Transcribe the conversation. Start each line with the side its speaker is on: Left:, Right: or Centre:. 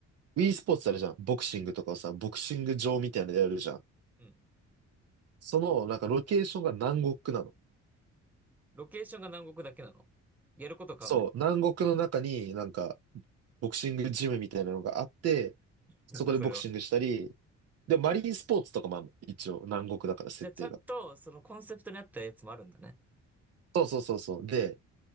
Right: e スポーツあるじゃん。ボクシングとかをさ、ボクシング場みたいなのやるじゃん。
Centre: うん。
Right: その、なんかロケーションが南国なの。
Centre: ロケーションが南国だけなの。やること変わんないの。
Right: そう、南国の中になんか、ボクシングジムみたいなのがあって、そこでボクシングしたり、
Centre: なんだそれは。
Right: で、マリンスポーツとかもあるの。一応、南国だから設定が。
Centre: じゃあ、ちゃんと、そのコンセプトに合ったやつもあるんだね。
Right: そうそうそうそう。で、